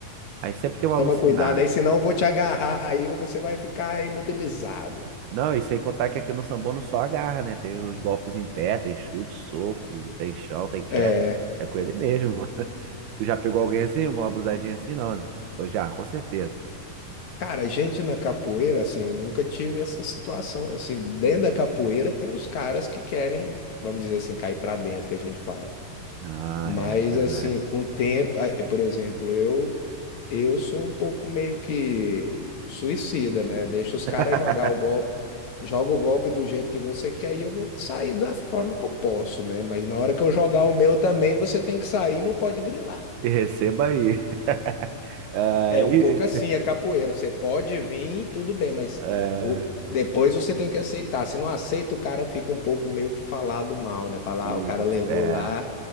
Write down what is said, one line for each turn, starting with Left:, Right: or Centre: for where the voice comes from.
Right: Aí sempre tem um alucinado.
Left: Toma cuidado aí, senão eu vou te agarrar aí, você vai ficar imobilizado.
Right: Não, e sem contar que aqui no Sambô não só agarra, né? Tem os golpes em pé, tem chute, soco, tem chão, tem queda.
Left: É,
Right: É com ele mesmo, <laughs> mano. Tu já pegou alguém assim, alguma abusadinha assim, não, né? Ou já, com certeza.
Left: Cara, a gente na capoeira, assim, eu nunca tive essa situação. Assim, dentro da capoeira tem os caras que querem, vamos dizer assim, cair pra dentro, que a gente fala.
Right: Ah,
Left: Mas
Right: é verdade.
Left: assim, com o tempo, ah, eh, por exemplo, eu eu sou um pouco meio que suicida, né? Deixa os
Right: <laughs>
Left: caras jogar o golpe, joga o golpe do jeito que você quer e eu vou sair da forma que eu posso, né? Mas na hora que eu jogar o meu também, você tem que sair, não pode grilar.
Right: E receba aí. <laughs> Ah,
Left: É um
Right: e,
Left: pouco assim a capoeira. Você pode vir, tudo bem, mas
Right: é,
Left: o- depois você tem que aceitar. Se não aceita, o cara fica um pouco meio que falado mal, né? Falar,
Right: fica,
Left: ah, o cara levou
Right: é,
Left: lá,